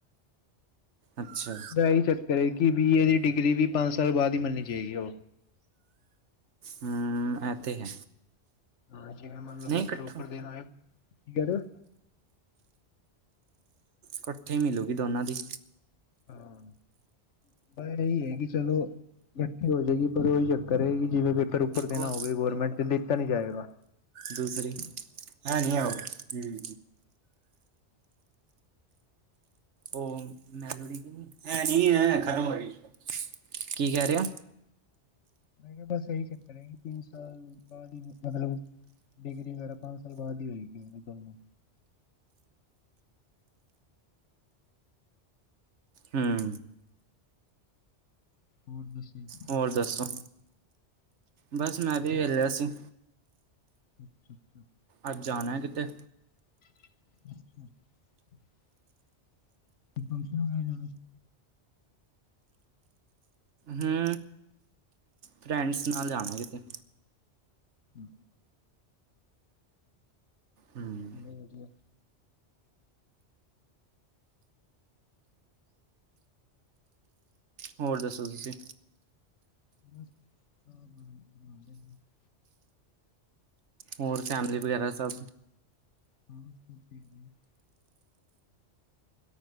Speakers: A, on the right; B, on the left.
A: ਅੱਛਾ
B: ਬੈ ਏਹੀ ਚੱਕਰ ਐ ਕਿ ਬੀ ਏ ਦੀ ਡਿਗਰੀ ਵੀ ਪੰਜ ਸਾਲ ਬਾਅਦ ਈ ਮਿਲਨੀ ਜਾਏਗੀ ਓ
A: ਹਮ ਇਹ ਤੇ ਹੈ
B: ਹਾਂ ਜਿਵੇਂ ਮੰਨ ਲਓ
A: ਨਹੀਂ
B: ਪੇਪਰ-ਪੂਪਰ
A: ਇਕੱਠਾ
B: ਦੇਣ ਆਏ ਕੀ ਕੈ ਰਏ ਓ?
A: ਕੱਠੇ ਮਿਲੂਗੀ ਦੋਨਾਂ ਦੀ।
B: ਹਾਂ, ਬੜ ਏਹੀ ਹੈਗੀ। ਚਲੋ ਇਕੱਠੀ ਹੋ ਜੇਗੀ ਪਰ ਓਹੀ ਚੱਕਰ ਹੈ ਗੀ ਜਿਵੇਂ ਓਪਰ
A: ਇੱਕ
B: ਦੇਣਾ
A: ਹੋਰ
B: ਹੋਵੇ ਗੌਰਮੈਂਟ ਤੇ ਦਿੱਤਾ ਨੀ ਜਾਏਗਾ।
A: ਦੂਸਰੀ ਹੈ ਨਈ ਓ ਹੂੰ ਓ ਮੈਂਲੋੜੀ ਗੀ ਨੀ, ਹੈ ਨੀ ਅ ਖਤਮ ਹੋਈ ਦੀ ਸਬ, ਕੀ ਕੈ ਰਏ ਓ?
B: ਮੈਂ ਕਿਆ ਬਸ ਏਹੀ ਚਕਰ ਏ ਕਿ ਤਿੰਨ ਸਾਲ ਬਾਦ ਈ ਮਤਲਬ ਡਿਗਰੀ ਵਗੈਰਾ ਪੰਜ ਸਾਲ ਬਾਦ ਈ ਹੋਏਗੀ ਓਦੇ ਦੋਨੋਂ
A: ਹੂੰ
B: ਹੂੰ ਹੋਰ ਦੱਸੀ
A: ਹੋਰ ਦੱਸੋ, ਬਸ ਮੈਂ ਵੀ ਵੇਲਾ ਸੀ।
B: <inaudible>
A: ਅੱਜ ਜਾਨਾ ਏ ਕਿਤੇ।
B: <inaudible> ਕੋਈ ਫੰਕਸ਼ਨ ਵਗੈਰਾ।
A: ਹੂੰ ਫਰੈਂਡਸ ਨਾਲ ਜਾਨੈ ਕਿਤੇ।
B: ਹੂੰ
A: ਹੂੰ
B: ਬਸ ਵਦੀਆ।
A: ਹੋਰ ਦੱਸੋ ਤੁਸੀਂ?
B: <inaudible>
A: ਹੋਰ ਫੈਮਿਲੀ ਵਗੈਰਾ ਸਬ
B: <inaudible>